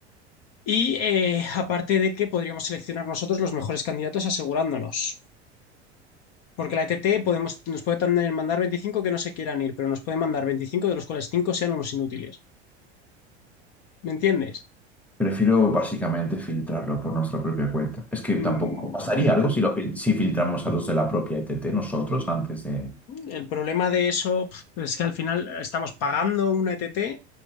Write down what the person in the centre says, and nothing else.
Prefiero básicamente filtrarlo por nuestra propia cuenta. Es que
tampoco pasaría algo si, lo, fil- si filtramos a los de la propia ETT nosotros antes de...